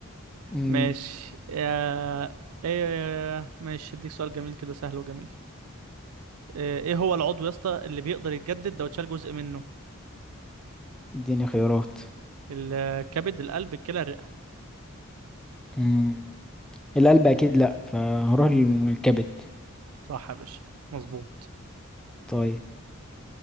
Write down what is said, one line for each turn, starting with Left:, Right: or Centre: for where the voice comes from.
Centre: امم
Right: ماشي يا ايه ماشي هديك سؤال جميل كده سهل وجميل ايه إيه هو العضو يا اسطى اللي بيقدر يتجدد لو اتشال جزء منه
Centre: اديني خيارات
Right: الكبد القلب الكلى الرئة
Centre: امم القلب أكيد لأ فهروح للكبد
Right: صح يا باشا مظبوط
Centre: طيب